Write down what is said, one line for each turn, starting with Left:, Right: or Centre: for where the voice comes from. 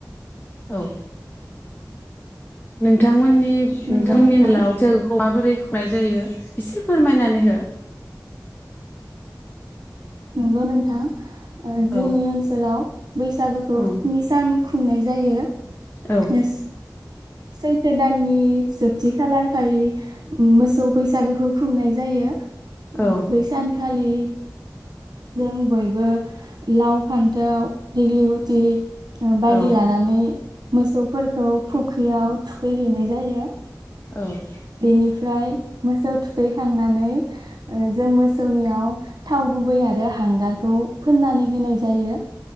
Left: औ नोंथांमोननि नि
Right: नंगौ
Left: नोंथांमोननि
Right: नोंथां
Left: ओनसोलाव बैसागुखौ माबोरै नाय जायो एसे फोरमायनानै हो?
Right: नंगौ नोंथां? ओ जोंनि
Left: औ
Right: ओनसोलाव बैसागोखौ
Left: उम
Right: स्नि सान खुंनाय जायो।
Left: औ
Right: एस सैथो दाननि जोबथि खालार खालि मोसौ बैसागोखौ खुंनाय जायो। अ
Left: औ
Right: बैसानखालि जों बयबो लाव फान्थाव दिग्लि गुथि ओ बायदि
Left: औ
Right: लानानै मोसौफोरखौ फु ख्रियाव थुखै हैैनाय जायो।
Left: औ
Right: बेनिफ्राय मोसौ थुखैखांनानै ओ जों मोसौनियाव थाव गुबै आरो हांगारखौ फोननानै होनाय जायो।